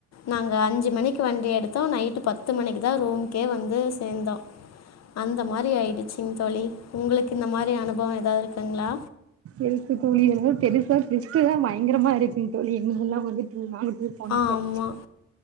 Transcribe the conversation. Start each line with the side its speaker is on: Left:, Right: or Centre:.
Left: நாங்க அஞ்சி மணிக்கு வண்டி எடுத் தோ நைட்டு பத்து மணிக்கு தா ரூம்கே வந்து சேந்தோ அந்த மாரி ஆயிடிச்சிங் தோழி உங்களுக்கு இந்த மாரி அனுபவ ஏதாவது இருக்குங்ளா
Right: இருக்கு தோழி என்னவோ பெருசா டுவிஸ்டெல்லா பயங்கரமா இருக்குங் தோழி இங்கெல்லா வந்துட்டு நாங்களு டூர் போனப்ப
Left: ஆமாம்